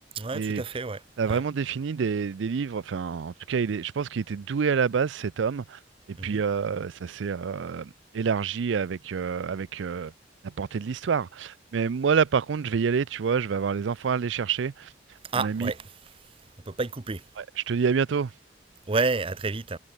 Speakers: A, on the right; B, on the right.
A: ouais,
B: Et
A: tout à fait. Ouais,
B: a vraiment
A: ouais.
B: défini des, des livres, enfin en tout cas il est, je pense qu'il était doué à la base cet homme, et puis
A: Mhm.
B: euh, ça s'est euh, élargi avec, euh, avec euh, la portée de l'histoire. Mais moi là par contre je vais y aller, tu vois, je vais avoir les enfants à aller chercher,
A: Ah,
B: mon ami,
A: ouais. On peut pas y couper.
B: Ouais, je te dis à bientôt.
A: Ouais, à très vite.